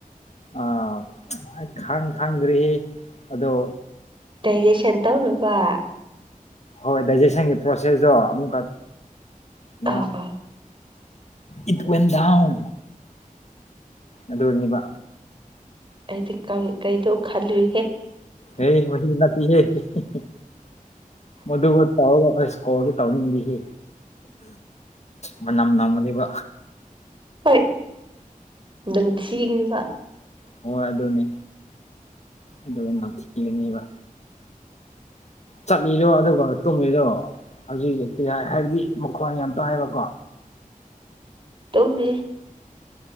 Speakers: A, on the left; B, on the right.
A: ꯑꯥ ꯑꯩ ꯈꯪ ꯈꯪꯗ꯭ꯔꯤꯌꯦ ꯑꯗꯣ
B: ꯗꯥꯏꯖꯦꯁꯟ ꯇꯧꯅꯕ
A: ꯍꯣꯏ ꯗꯥꯏꯖꯦꯁꯟꯒꯤ ꯄ꯭ꯔꯣꯁꯦꯁꯇꯣ ꯑꯃꯨꯛꯀ ꯅ
B: ꯑꯥ ꯑꯥ
A: ꯏꯠꯇꯨꯌꯦꯟꯗꯥꯎꯟ ꯑꯗꯨꯔꯅꯤꯕ
B: ꯑꯩꯗꯤ ꯀꯪ ꯀꯩꯗꯣ ꯈꯜꯂꯨꯏꯕ
A: ꯍꯦ <unintelligible> ꯃꯗꯨꯕꯨ ꯇꯧꯔꯒ ꯑꯁ ꯀꯣꯜꯗꯤ ꯇꯧꯅꯤꯡꯗꯦꯍꯦ ꯃꯅꯝ ꯅꯝꯒꯅꯤꯕ
B: ꯍꯣꯏ ꯅꯝꯊꯤꯒꯅꯤꯕ
A: ꯍꯣꯏ ꯑꯗꯨꯅꯦ ꯑꯗꯨꯒꯤ ꯅꯝꯊꯤꯒꯅꯦꯕ ꯆꯠꯂꯤꯔꯣ ꯑꯗꯨꯒ ꯇꯨꯝꯂꯤꯔꯣ ꯍꯧꯖꯤꯛ ꯀꯔꯤ ꯍꯥꯏ ꯍꯥꯏꯕꯗꯤ ꯃꯈꯣꯟ ꯌꯥꯝ ꯇꯥꯏꯕꯀꯣ
B: ꯇꯨꯝꯃꯤ